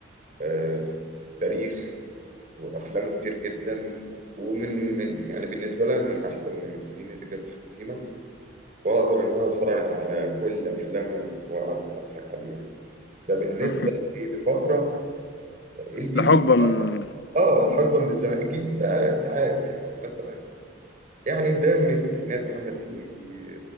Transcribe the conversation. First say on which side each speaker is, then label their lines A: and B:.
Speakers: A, on the right (about 40°); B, on the left (about 55°).
A: آه، تاريخ وأفلامه كتير جدا ومن من يعني بالنسبة لي أنا من أحسن الممثلين اللي جت في السينما وأقدر إن أنا أتفرج على كل أفلامه وأقعد أضحك عليها ده بالنسبه
B: <laughs>
A: لإيه؟ لفتره الجديد
B: لحقبة
A: بقى.
B: من
A: اه الحقبه من الزمان الجديد بقى انت عارف يعني مثلا يعني ده من التسعينات محمد هنيدي